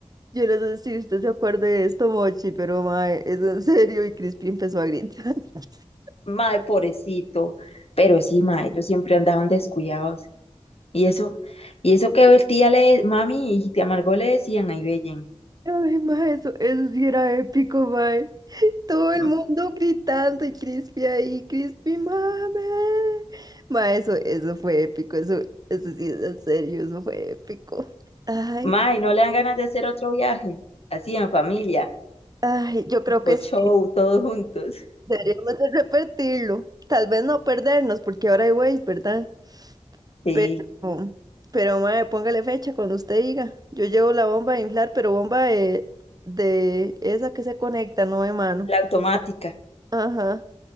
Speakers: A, on the right; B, on the left.
A: Yo no sé si usted se acuerda de esto, Mochi, pero mae, es en serio, y Crispy empezó a gritar. <laughs>
B: Mae, pobrecito. Pero sí, mae, ellos siempre andaban descuidados. Y eso, y eso que el tía le, mami y tía Margot le decían, ahí bellen.
A: Ay, mae, eso, eso sí era épico, mae. Todo el
B: "M-
A: mundo gritando y Crispy ahí, Crispy, mame. Mae, eso, eso fue épico, eso, eso sí es en serio, eso fue épico. Ay,
B: Mae, no le dan ganas de hacer otro viaje. Así en familia,
A: ay, yo creo
B: o
A: que sí.
B: show, todos juntos.
A: Deberíamos de repetirlo. Tal vez no perdernos, porque ahora hay Waze, ¿verdad?
B: Sí,
A: Pero, pero mae, póngale fecha cuando usted diga. Yo llevo la bomba de inflar, pero bomba de, de esa que se conecta, no de mano.
B: la automática.
A: Ajá.